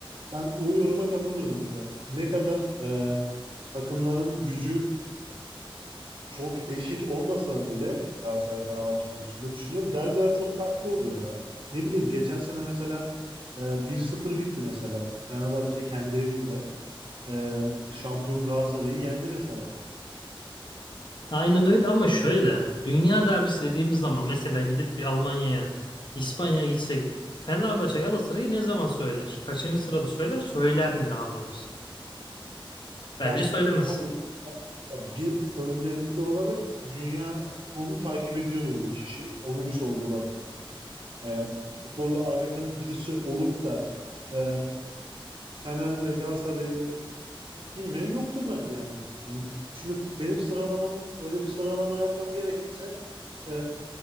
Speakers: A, on the right; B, on the left.
A: ben o yoruma katılmıyorum mesela. Ne kadar e, takımların gücü çok eşit olmasa bile Galatasaray Fenerbahçe konusunda düşünüyorum. Derbiler çok farklı oluyor ya. Ne bileyim geçen sene mesela e, 1-0 bitti mesela. Fenerbahçe kendi evinde e, şampiyon Galatasaray'ı yendi mesela.
B: Aynen öyle ama şöyle dünya derbisi dediğimiz zaman mesela gidip bir Almanya'ya İspanya'ya gitsek Fenerbahçe Galatasaray'ı ne zaman söyler? Kaçıncı sırada söyler? Söyler mi daha doğrusu? Bence
A: Ya
B: söylemez.
A: e, tabii bu- ya, ya bir öncelikli olarak dünya futbolunu takip ediyor mu bu kişi? Onu bir sorgularız. Eğer futbolla alakalı birisi olup da e, Fener'le Galatasaray'ı bilmeyen yoktur bence yani. Benim, düşünüp benim sıralamam öyle bir sıralama yapmam gerekirse e,